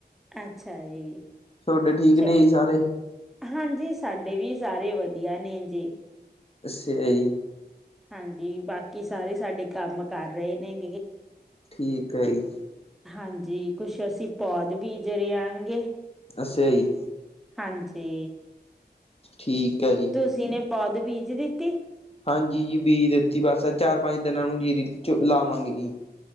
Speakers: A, in the centre; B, on the left.
A: ਅੱਛਾ ਜੀ।
B: ਤੁਹਾਡੇ ਠੀਕ
A: ਚ
B: ਨੇ ਜੀ ਸਾਰੇ
A: ਹਾਂਜੀ, ਸਾਡੇ ਵੀ ਸਾਰੇ ਵਧੀਆ ਨੇ ਜੀ।
B: ਦੱਸੇਯਾ ਈ।
A: ਹਾਂਜੀ ਬਾਕੀ ਸਾਰੇ ਸਾਡੇ ਕੰਮ ਕਰ ਰਹੇ ਨੇ
B: ਠੀਕ ਆ ਈ।
A: ਹਾਂਜੀ ਕੁਸ਼ ਅਸੀਂ ਪੌਦ ਬੀਜ ਰੇਆਂ ਗੇ।
B: ਅੱਸਾ ਈ।
A: ਹਾਂਜੀ।
B: ਠੀਕ ਐ ਜੀ।
A: ਤੁਸੀਂ ਨੇ ਪਾਦ ਬੀਜ ਦਿੱਤੀ?
B: ਹਾਂਜੀ ਜੀ ਬੀਜ ਦਿੱਤੀ ਬਸ ਚਾਰ ਪੰਜ ਦਿਨਾਂ ਨੂੰ ਜੀਰੀ ਚ ਲਾਵਾਂਗੇ ਈ।